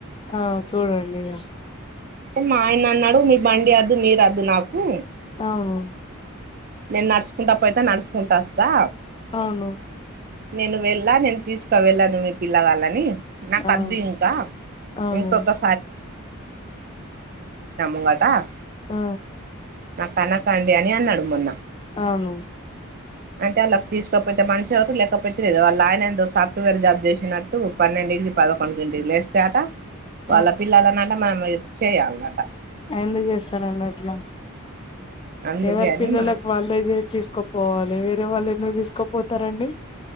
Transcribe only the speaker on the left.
ఆ చుడండి ఇగ
అవును
అవును
అవును
అవును
ఆ
అవును
అ
ఎందుకు చేస్తారండి అట్ల
ఎవరి
పిల్లలలకు
వాళ్ళే చేసి తీసుకోపోవాలి వేరే వాళ్ళు నువు తీసుకోపోతారండి